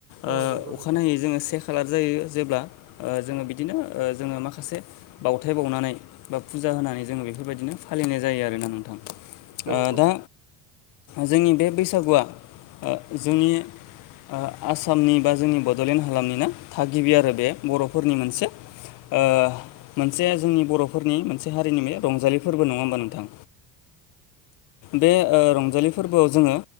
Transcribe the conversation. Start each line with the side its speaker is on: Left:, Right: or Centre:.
Left: ओ
Right: औ नंगौ
Left: अखानायनायै
Right: नोंथां
Left: जोङो से खालार जायो जेब्ला ओ जोङो बिदिनो ओ जोङो माखासे बावथाय बावनानै बा फुजा होनानै जोङो बेफोरबायदिनो फालिनाय जायो आरोना नोंथां।
Right: औ
Left: ओ
Right: औ
Left: दा जोंनि बे बैसागुआ ओ जोंनि ओ। आसामनि बा जोंनि बड'लेण्ड हालामनिनो थागिबि आरो बे बर'फोरनि मोनसे ओ मोनसेया जोंनि बर'फोरनि मोनसे हारिनि बे रंजालि फोरबो नङा होमबा नोंथां। बे ओ रंजालि फोरबोआव जोङो